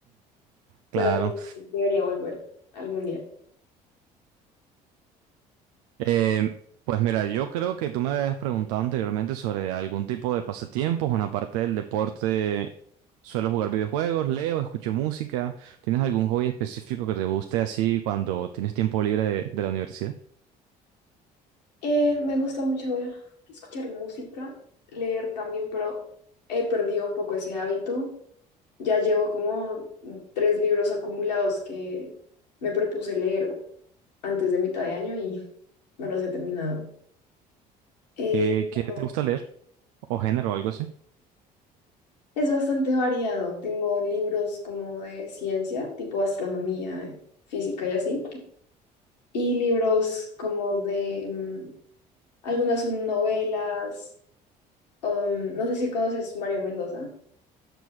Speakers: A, on the right; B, on the left.
A: claro.
B: Pero pues debería volver algún día.
A: Eh, pues mira, yo creo que tú me habías preguntado anteriormente sobre algún tipo de pasatiempos, bueno, aparte del deporte, suelo jugar videojuegos, leo, escucho música. ¿Tienes algún hobby específico que te guste así cuando tienes tiempo libre de, de la universidad?
B: Eh, me gusta mucho escuchar música, leer también, pero he perdido un poco ese hábito. Ya llevo como tres libros acumulados que me propuse leer antes de mitad de año y no los he terminado. Eh,
A: ¿Qué, qué
B: pero
A: te gusta leer o género o algo así?
B: es bastante variado. Tengo libros como de ciencia, tipo astronomía, eh, física y así, y libros como de... mm, algunas son novelas, um, no sé si conoces Mario Mendoza,